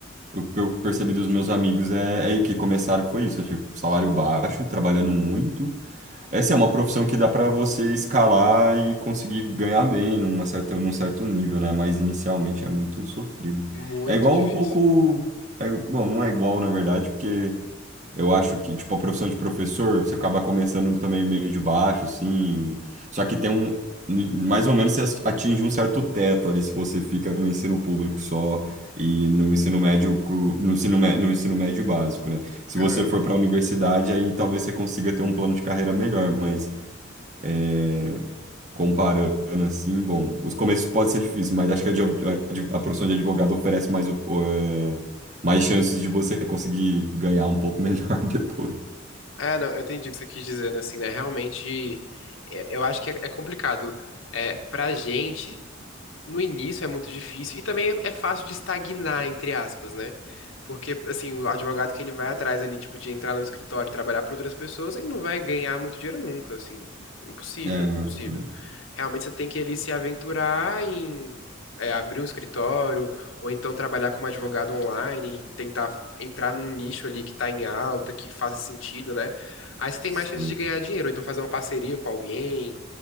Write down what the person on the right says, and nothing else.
o que eu percebi dos meus amigos é, é que começaram foi isso, tipo, salário baixo, trabalhando muito, Essa é uma profissão que dá para você escalar e conseguir ganhar bem numa certa, num certo nível, né? Mas inicialmente é muito sofrido.
É igual
um pouco. é- bom, não é igual, na verdade, porque eu acho que, tipo, a profissão de professor, você acaba começando também meio de baixo, assim. Só que tem um. Mais ou menos você atinge um certo teto ali se você fica no ensino público só e no ensino médio, co- no ensino, mé- no ensino médio básico, né? Se você
for para a universidade, aí talvez você consiga ter um plano de carreira melhor, mas é, comparando assim, bom, os começos podem ser difíceis, mas acho que a, de- a, a profissão de advogado oferece mais, o- o, é, mais chances de você conseguir ganhar um pouco melhor <laughs> depois.
É,
sim.